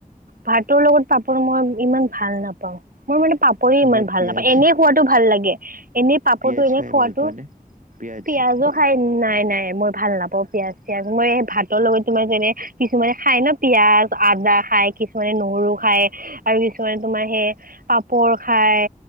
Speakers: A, on the right (about 80°); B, on the right (about 65°).
A: ভাতৰ লগত পাপৰ মই ইমান ভাল নাপাওঁ মোৰ মানে পাপৰে
B: এনে
A: ইমান ভাল
B: পিয়াজ
A: নাপায় এনেই খোৱাটো ভাল লাগে এনেই পাপৰটো
B: পিয়াজ
A: এনে
B: খাই
A: খোৱাটো
B: ভাল পোৱা নে? পিয়াজ
A: পিয়াজো খাই নাই নাই মই ভাল নাপাওঁ পিয়াজ চিয়াজ মই ভাতৰ লগত তোমাৰ যেনে কিছুমানে খাই ন পিয়াজ আদা খাই কিছুমানে নহৰু খায় আৰু কিছুমানে তোমাৰ সেই পাপৰ খায়